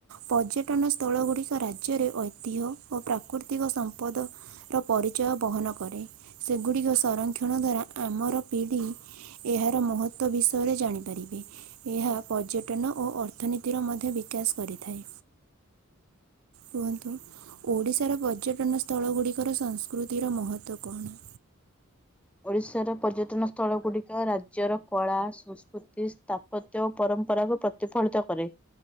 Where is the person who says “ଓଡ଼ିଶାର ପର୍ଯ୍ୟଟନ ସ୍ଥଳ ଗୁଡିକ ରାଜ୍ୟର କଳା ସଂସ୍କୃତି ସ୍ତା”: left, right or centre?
Centre